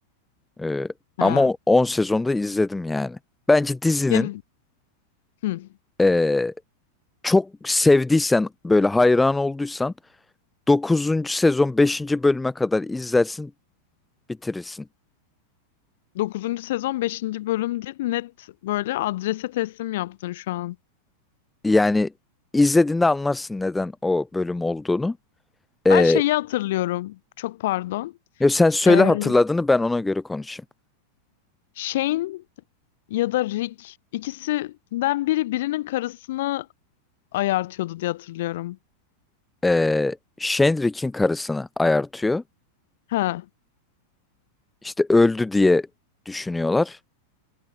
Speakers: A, in the centre; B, on the left (about 55°).
A: Ee,
B: Ha.
A: ama o- 10 sezonda izledim yani. Bence dizinin
B: Yani, hı.
A: ee, çok sevdiysen böyle hayran olduysan dokuzuncu sezon beşinci bölüme kadar izlersin bitirirsin.
B: 9. sezon 5. bölüm değil net böyle adrese teslim yaptın şu an.
A: Yani izlediğinde anlarsın neden o bölüm olduğunu. Ee,
B: Ben şeyi hatırlıyorum. Çok pardon.
A: Yo, sen söyle
B: Ee,
A: hatırladığını ben ona göre konuşayım.
B: Shane ya da Rick ikisinden biri birinin karısını ayartıyordu diye hatırlıyorum.
A: Ee, Shenrik'in karısını ayartıyor.
B: Ha.
A: İşte öldü diye düşünüyorlar.